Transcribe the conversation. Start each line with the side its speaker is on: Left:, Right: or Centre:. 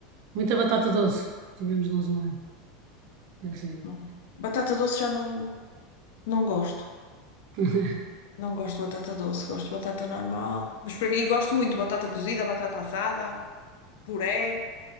Right: muita batata doce tivemos nós um ano. É Assim.
Left: Hum. Batata doce já não, não gosto.
Right: <laughs>
Left: Não gosto de batata doce, gosto de batata normal. Mas por aqui gosto muito de batata cozida, batata assada, puré.